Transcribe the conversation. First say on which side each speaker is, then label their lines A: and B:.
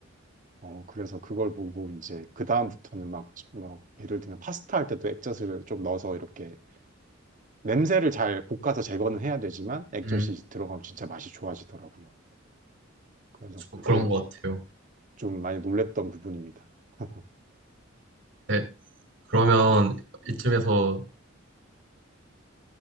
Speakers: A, on the right (about 40°); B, on the right (about 60°).
A: 어 그래서 그걸 보고 이제 그 다음부터는 막, 막 예를 들면 파스타 할 때도 액젓을 좀 넣어서 이렇게 냄새를 잘 볶아서 제거는 해야 되지만 액젓이
B: 음,
A: 들어가면 진짜 맛이 좋아지더라고요. 그래서
B: 저
A: 그게
B: 그런 것 같아요.
A: 좀 많이 놀랬던 부분입니다. <laughs>
B: 네. 그러면
A: 예.
B: 이쯤에서